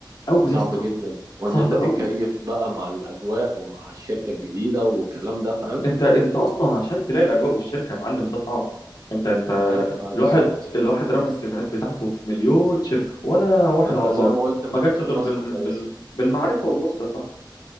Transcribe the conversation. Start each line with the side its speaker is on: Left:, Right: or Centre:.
Left: قوي
Right: صعب
Left: يا اسطى
Right: جدا وإن
Left: صعب
Right: أنت
Left: قوي
Right: تتكيف بقى مع الأجواء ومع الشركة الجديدة والكلام ده فاهم
Left: انت انت اصلا عشان تلاقي الاجواء والشركه يا معلم ده صعب انت انت
Right: أيوه
Left: الواحد
Right: بالظبط
Left: الواحد رمى السيفيهات بتاعته في مليون شركه ولا واحد
Right: أنت
Left: عبره
Right: زي ما قلت محتاج
Left: ما جاتش غير
Right: واسطة
Left: بال...
Right: كويسة
Left: بال... بالمعرفه والوصف يا صاحبي